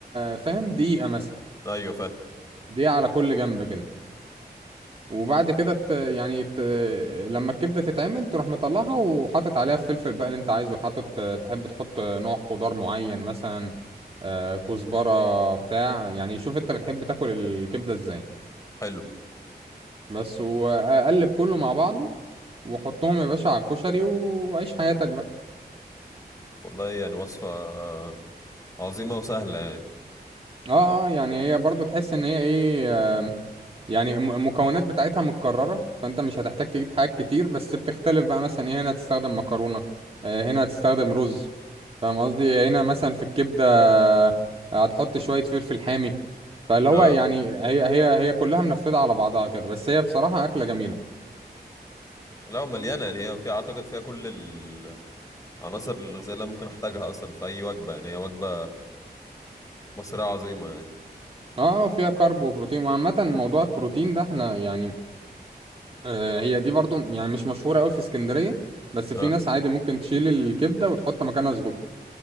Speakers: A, on the right; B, on the left.
A: فاهم دقيقه مثلا
B: ايوه فاهم
A: دقيقه على كل جنب كده وبعد كده ت... يعني ت... لما الكبدة تتعمل تروح مطلعها وحاطط عليها الفلفل بقى اللي انت عايزه حاطط تحب تحط نوع خضار معين مثلا آه، كزبرة بتاع يعني شوف انت بتحب تاكل الكبدة ازاي
B: حلو
A: بس وقلب كله مع بعضه وحطهم يا باشا على الكشري وعيش حياتك بقى
B: والله يعني وصفة آه، عظيمة وسهلة يعني
A: اه اه يعني هي برضو تحس ان هي ايه آم، يعني الم- المكونات بتاعتها متكررة فانت مش هتحتاج تجيب حاجات كتير بس بتختلف بقى مثلا ايه هنا هتستخدم مكرونة آه، هنا هتستخدم رز فاهم قصدي هنا مثلا في الكبدة آه، هتحط شوية فلفل حامي فاللي هو
B: اه
A: يعني هي هي هي كلها منفذة على بعضها كده بس هي بصراحة أكلة جميلة
B: لا ومليانة يعني هي فيها اعتقد فيها كل العناصر الغذائية اللي أنا ممكن احتاجها اصلا في اي وجبة يعني هي وجبة مصرية عظيمة يعني
A: اه وفيها كارب وبروتين وعامة موضوع البروتين ده احنا يعني آه، هي دي برضو يعني مش مشهورة قوي في اسكندرية بس
B: اه
A: في ناس عادي ممكن تشيل الكبدة وتحط مكانها سجق